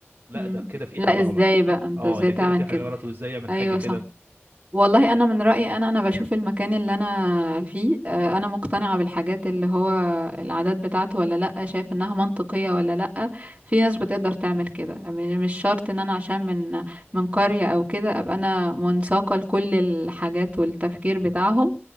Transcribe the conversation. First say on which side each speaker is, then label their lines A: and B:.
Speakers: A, on the right; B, on the right.
A: لا
B: مم.
A: ده كده في
B: لا
A: حاجه غلط
B: ازاي بقى انت
A: اه
B: ازاي
A: ده
B: تعمل
A: كده في
B: كده
A: حاجه غلط وازاي يعمل
B: ايوه
A: حاجه كده
B: صح والله انا من رايي انا انا بشوف المكان اللي انا فيه آه، انا مقتنعه بالحاجات اللي هو العادات بتاعته ولا لا شايف انها منطقيه ولا لا في ناس بتقدر تعمل كده م- مش شرط ان انا عشان من من قريه او كده ابقى انا منساقه لكل الحاجات والتفكير بتاعهم